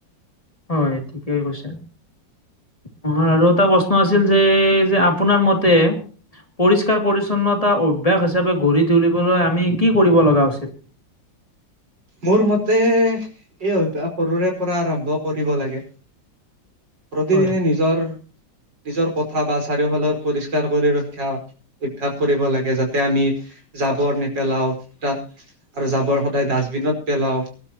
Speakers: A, on the left (about 20°); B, on the right (about 65°).
A: অঁ সে ঠিকেই কৈছে, নহয় আৰু এটা প্ৰশ্ন আছিল যে, যে আপ- আপোনাৰ মতে পৰিষ্কাৰ পৰিছন্নত- টা অভ্যাস হিচাপে গঢ়ি তুলিবলৈ আমি কি কৰিব লগা উচিত?
B: মোৰ মতে, এই অভ্যাস সৰুৰে পৰা আৰম্ভ কৰিব লাগে। প্ৰতিদিনে
A: হয়
B: নিজৰ- নিজৰ কথা বা চাৰিওফালৰ পৰিষ্কাৰ কৰি ৰক্ষ্যা অভ্যাস কৰিব লাগে যাতে আমি- জাবৰ নেপেলাও ডাত- আৰু জাবৰ সদায় ডাষ্টবিনত পেলাও